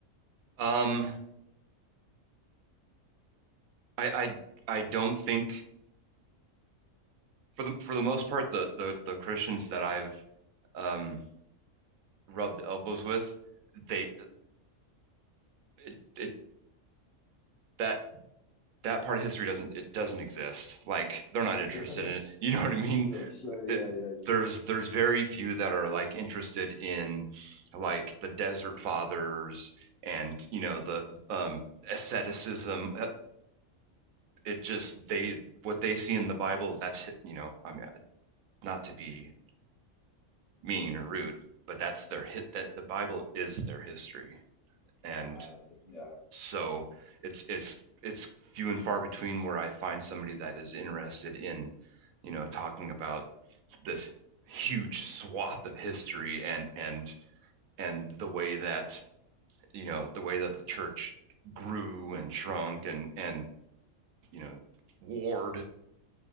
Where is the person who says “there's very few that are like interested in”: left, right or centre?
Right